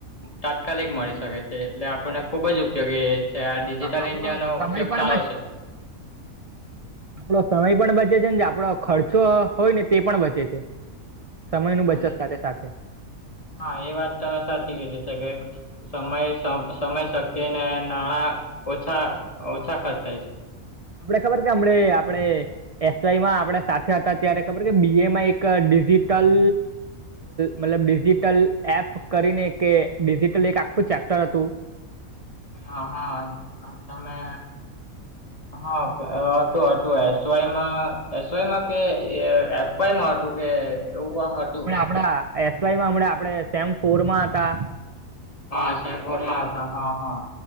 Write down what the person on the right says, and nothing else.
હા
આપણો
સમય
પણ
આપડો સમય પણ બચે છે ને, જે આપડો ખર્ચો હોય ને તે પણ બચે છે. સમય નું
બચત
સાથે-સાથે
આપડે ખબર છે, હમણે આપડે એસઆમાં આપડે સાથે હતા, ત્યારે ખબર કે બી એમાં એક ડિજિટલ મતલબ ડિજિટલ એપ કરીને કે, ડિજિટલ એક આખું ચેપ્ટર હતું.
પણ એસવાયમા આપડે સેમ ફોરમાં હતાં.